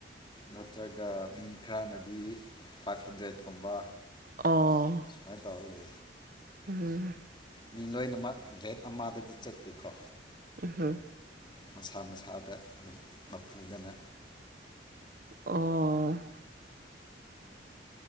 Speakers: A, on the left (about 25°); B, on the right (about 50°).
A: ꯅꯠꯇ꯭ꯔꯒ ꯃꯤ ꯈꯔꯅꯗꯤ ꯐꯥꯏꯚ ꯍꯟꯗ꯭ꯔꯦꯠꯀꯨꯝꯕ
B: ꯑꯣ
A: ꯍ ꯇꯍꯜꯂꯤ
B: ꯎꯝ
A: ꯃꯤ ꯂꯣꯏꯅꯃꯛ ꯔꯦꯠ ꯑꯃꯗꯗꯤ ꯆꯠꯄꯤꯈ꯭ꯔꯣ
B: ꯍꯥ
A: ꯃꯁꯥ ꯃꯁꯥꯗ ꯑꯗꯨꯝ ꯃꯄꯨꯗꯅ
B: ꯑꯣ